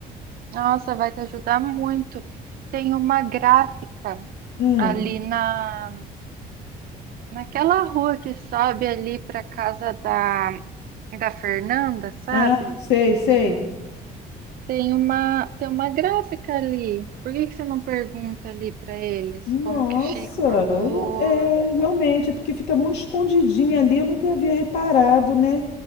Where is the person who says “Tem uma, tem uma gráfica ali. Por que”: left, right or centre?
Right